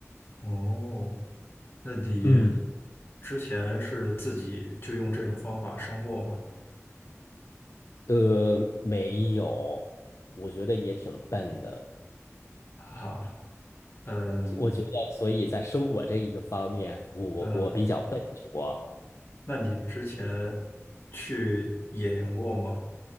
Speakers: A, on the left; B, on the left.
A: 哦，那你
B: 嗯。
A: 之前是自己就用这种方法升过吗？
B: 呃，没有，我觉得也挺笨的。
A: 好，嗯
B: 我觉得，所以在生活这一个方面，我我比较笨拙，
A: 嗯，那你之前去野营过吗？